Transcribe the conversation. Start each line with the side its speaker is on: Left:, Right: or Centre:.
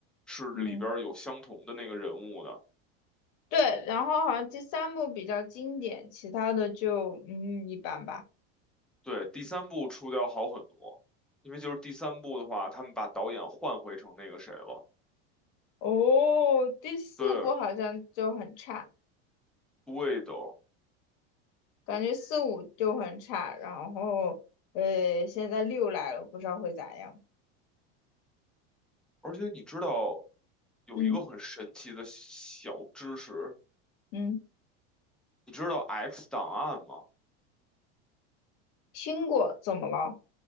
Centre: 是里边儿有相同的那个人物的。
Left: 嗯，对，然后好像第三部比较经典，其他的就嗯一般吧。
Centre: 对，第三部出的要好很多，因为就是第三部的话，他们把导演换回成那个谁了。
Left: 哦，第四部好像就很差，
Centre: 对，对的，
Left: 感觉四五就很差，然后呃现在六来了，不知道会咋样。
Centre: 而且你知道有一个很神奇的小知识，
Left: 嗯嗯，
Centre: 你知道 X 档案吗？
Left: 听过，怎么了？